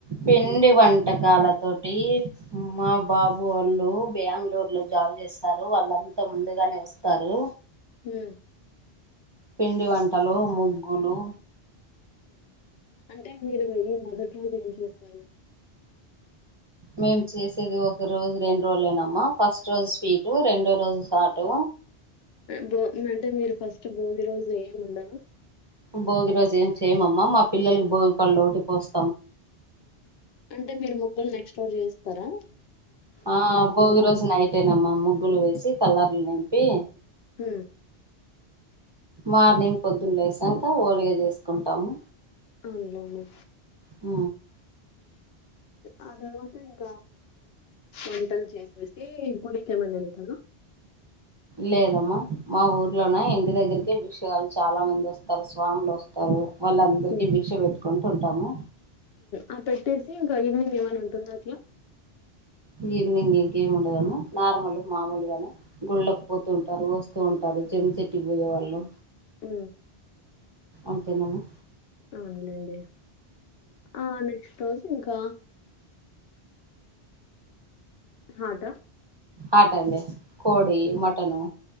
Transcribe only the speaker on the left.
అ
అంటే మీరు ఈ మొదటి రోజు ఏం చేస్తారు?
భో అంటే మీరు ఫస్ట్ భోగి రోజు ఏమి ఉండద
అంటే మీరు ముగ్గులు నెక్స్ట్టోర్ చేస్తారా
హ
అవునువును
ఆ తర్వాత ఇంక వంటలు చేసేసి గుడి కేమనీ ఎంతారు
హ్మ్.
ఆ పెట్టేసి ఇంకా ఈవినింగ్ ఏమనా ఉంటుంద అట్లా
ఆ
అవునులేండి ఆ నెక్స్ట్ రోజు ఇంకా హద